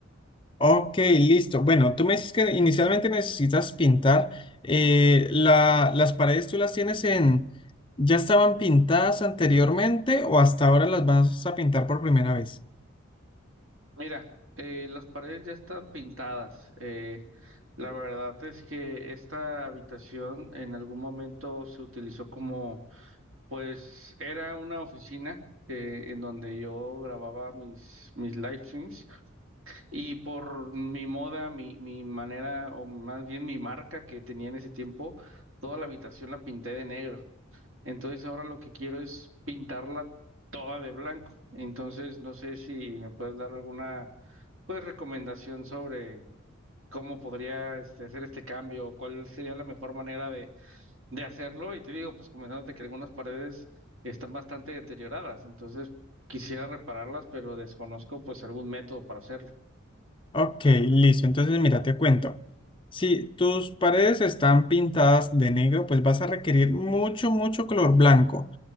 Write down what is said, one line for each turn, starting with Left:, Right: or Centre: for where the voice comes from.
Left: Ok, listo. Bueno, tú me dices que inicialmente necesitas pintar. eh, la- las paredes tú las tienes en... ¿Ya estaban pintadas anteriormente o hasta ahora las vas a pintar por primera vez?
Right: Mira, eh, las paredes ya están pintadas. eh, la verdad es que esta habitación en algún momento se utilizó como, pues, era una oficina eh, en donde yo grababa mis, mis live streams. Y por mi moda, mi, mi manera, o más bien mi marca que tenía en ese tiempo, toda la habitación la pinté de negro. Entonces ahora lo que quiero es pintarla toda de blanco. Entonces no sé si me puedes dar alguna, pues, recomendación sobre cómo podría este, hacer este cambio, o cuál sería la mejor manera de, de hacerlo. Y te digo, pues comentándote que algunas paredes están bastante deterioradas, entonces quisiera repararlas, pero desconozco pues algún método para hacerlo.
Left: Ok, listo. Entonces, mira, te cuento. Si tus paredes están pintadas de negro, pues vas a requerir mucho, mucho color blanco.